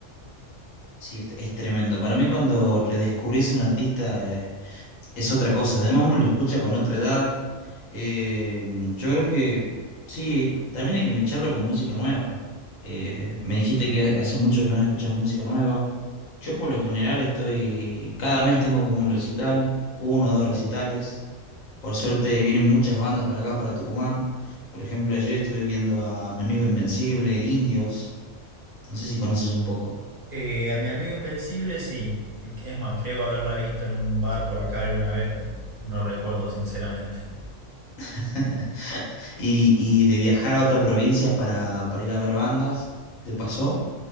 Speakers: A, on the left; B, on the right.
A: Sí, es, es tremendo. Para mí cuando redescubrís un artista eh, es otra cosa. Además uno lo escucha con otra edad. Eh, yo creo que sí, también hay que mecharlo con música nueva. Eh, me dijiste que hace mucho que no escuchás música nueva. Yo por lo general estoy, cada mes tengo como un recital, uno o dos recitales. Por suerte vienen muchas bandas para acá, para Tucumán. Por ejemplo, ayer estuve viendo a mi amigo Invencible, Indios. No sé si conoces un poco.
B: Eh, a mi amigo Invencible sí, Sí, es más, creo haberla visto en un bar por acá alguna vez, pero no recuerdo sinceramente. <laughs>
A: <laughs> Y, y de viajar a otras provincias para, para ir a ver bandas. ¿Te pasó?